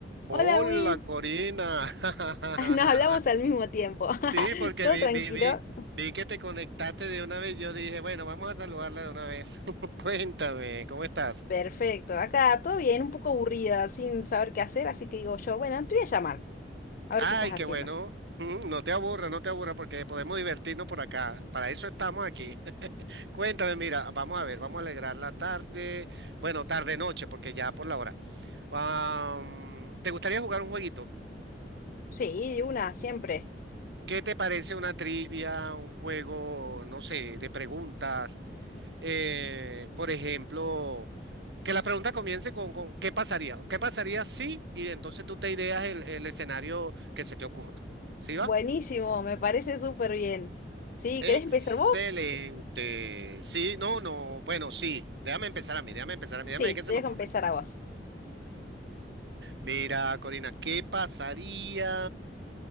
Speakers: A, on the right; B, on the left.
A: Hola,
B: Hola Will,
A: Corina. <laughs>
B: <laughs> nos hablamos al mismo tiempo.
A: Sí,
B: <laughs>
A: porque
B: ¿Todo
A: vi,
B: tranquilo?
A: vi, vi, vi que te conectaste de una vez. Yo dije, bueno, vamos a saludarla de una vez. <laughs> Cuéntame, ¿cómo estás?
B: Perfecto. Acá todo bien, un poco aburrida, sin saber qué hacer, así que digo yo, bueno, te voy a llamar, a ver
A: Ay,
B: qué estás haciendo.
A: qué bueno. Mm, No te aburra, no te aburra, porque podemos divertirnos por acá. Para eso estamos aquí. <laughs> Cuéntame, mira, vamos a ver, vamos a alegrar la tarde. Bueno, tarde noche, porque ya por la hora. Ah, ¿te gustaría jugar un jueguito?
B: Sí, de una, siempre.
A: ¿Qué te parece una trivia, un juego, no sé, de preguntas? Eh, por ejemplo, que la pregunta comience con, con ¿qué pasaría? ¿Qué pasaría si? Y entonces tú te ideas el, el escenario que se te ocurra. ¿Sí va?
B: Buenísimo, me parece súper bien. Sí,
A: Excelente.
B: ¿querés empezar vos?
A: Sí, no, no. Bueno, sí. Déjame empezar a mí, déjame empezar a mí,
B: Sí,
A: déjame ver qué se
B: te
A: me
B: dejo
A: ocurre.
B: empezar a vos.
A: Mira, Corina, ¿qué pasaría?